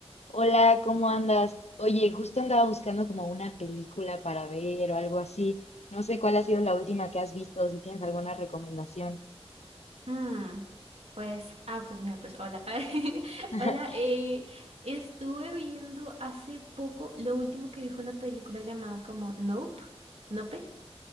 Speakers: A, on the left; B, on the right.
A: Hola, ¿cómo andas? Oye, justo andaba buscando como una película para ver o algo así. No sé cuál ha sido la última que has visto, o si tienes alguna recomendación.
B: Mm, pues, ah, pues mira, pues hola. <laughs>
A: <laughs>
B: Hola, eh, estuve viendo hace poco, lo último que vi fue una película llamada como Nope, Nope.